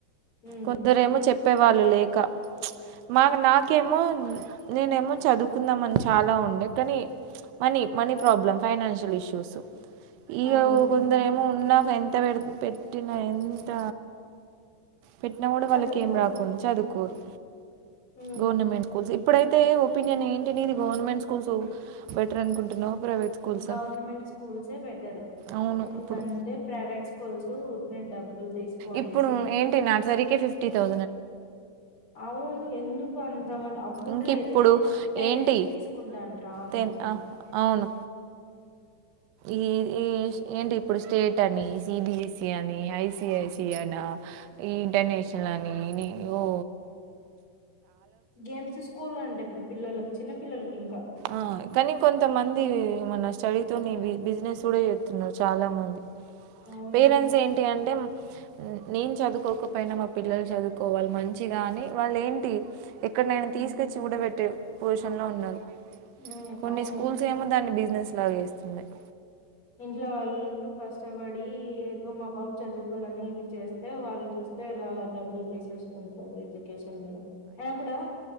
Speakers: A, on the left; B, on the right.
A: హ్మ్
B: కొందరేమో చెప్పేవాళ్ళు లేక మా నాకేమో నేనేమో చదువుకుందాం అని చాలా ఉండే కానీ money money problem financial issues ఇగా
A: అవును
B: కొందరేమో ఉన్నాకు ఎంత పె పెట్టిన ఎంత పెట్టినా కూడా
A: చదువుకోరు.
B: వాళ్ళకి ఏం రాకుం చదువుకోరు
A: హ్మ్
B: గవర్నమెంట్ స్కూల్ ఇప్పుడైతే ఒపీనియన్ ఏంటిని ఇది గవర్నమెంట్ స్కూల్స్ బెటర్ అనుకుంటున్నావా ప్రైవేట్ స్కూల్సా
A: గవర్నమెంట్ స్కూల్సే బెటర్
B: అవును
A: ఎందుకంటే
B: ఇప్పుడు
A: ప్రైవేట్ స్కూల్స్ ఉట్టినే డబ్బులు తీసుకొనేసి
B: ఇప్పుడు ఏంటి నర్సరీకే ఫిఫ్టీ తౌసండ్
A: అవును ఎందు అమౌంట్ అప్పట్లో
B: ఇంక ఇప్పుడు
A: అయితే టెన్త్
B: ఏంటి
A: కి తీసుకుంటాంట ఆ అమౌంట్
B: టెన్ ఆ అవును ఈ ఏంటి ఇప్పుడు స్టేట్ అని సిబిఎస్సి అని ఐసిఐసి అనా ఈ ఇండోనేషలని నిఓ
A: గేమ్స్ స్కూల్ అంట ఇప్పుడు పిల్లలకి చిన్న పిల్లలకి ఇంకా
B: ఆ కానీ కొంతమంది మన స్టడీతోని బిజినెస్ కూడా చేస్తున్నారు చాలా మంది
A: అవును
B: పేరెంట్స్ ఏంటి అంటే నేను చదువుకోకపోయినా మా పిల్లలు చదువుకోవాలి మంచిగాని వాళ్ళ ఏంటి ఎక్కడ
A: మ్మ్
B: నైనా తీసుకొచ్చి ఊడబెట్టే పొజిషన్ లో ఉన్నారు
A: మ్మ్
B: కొన్ని
A: అవును
B: స్కూల్స్ ఏమో దాన్ని బిజినెస్ లాగా చేస్తున్నారు
A: ఇంట్లో వాళ్ళకు కష్టపడి ఏదో మా పాబు చదువుకోవాలని ఇది చేస్తే వాళ్ళు చూస్త ఇలా డబ్బులు తీసేసుకుంటారు ఎడ్యుకేషన్ మీద అయినా కూడా